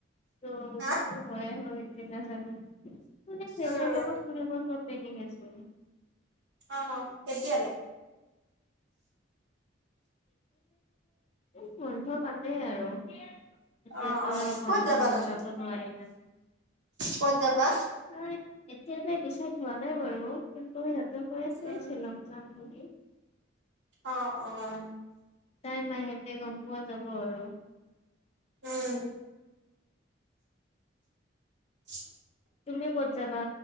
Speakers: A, on the left (about 35°); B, on the right (about 65°).
A: ত কি
B: হা?
A: হয় হয় কি নাজানো ম ফেৰ
B: উম,
A: লগত ফুৰিব <unintelligible> ট্ৰইনিং আছে।
B: অ' তেতিয়ালে।
A: ও' বন্ধ পালেই আৰু এতিয়াতো
B: অ' অ'
A: আৰু বন্ধ
B: ক'ত যাবা
A: নহ'লে
B: নো?
A: যাব নোৱাৰি না।
B: ক'ত যাবা?
A: নাই এতিয়ালৈ দিচিচন হোৱা নাই বাৰু, কিন্তু সিহঁতে কৈ আছে
B: উম,
A: শ্বিলং যাম বুলি।
B: অ' অ'
A: নাই মাহ সেতে গম পোৱা যাব আৰু।
B: উম উ <unintelligible>
A: তুমি ক'ত যাবা?